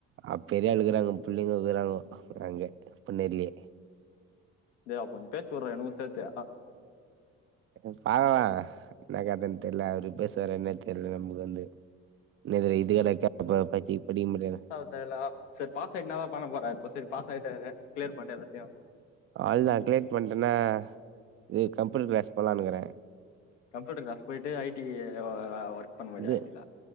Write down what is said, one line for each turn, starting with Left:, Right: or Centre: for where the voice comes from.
Right: அ பெரியாளுக்கிறாங்கோ புள்ளைங்க இருக்கிறாங்கோ அங்க பின்னாடியே
Left: தேவா கொஞ்சோ பேசி விட்றா எனக்கோ சேத்தே
Right: ம் பாக்கலா இன்னா கதன்னு தெர்ல அவரு பேசுவாரா என்னனு தெர்ல நம்முளுக்கு வந்து இன்னோர் தடவ இது வேற கேப்ப இப்பத்திக்கி படிக்க முடியாது
Left: தேவல்லா செரி பாஸ் ஆயிட்னா இன்னாதா பண்ண போற இப்போ செரி பாஸ் ஆக்கிட்டாரு கிளியர் பண்ணி எல்லாத்தயு
Right: அவ்ளதா கிளியர் பண்ட்டனா இது கம்ப்யூட்டர் கிளாஸ் போலானுக்குற
Left: கம்ப்யூட்டர் கிளாஸ் போயிட்டு ஐ டி அ வ ஒர்க் பண்ண போறய
Right: இது
Left: ஐ டில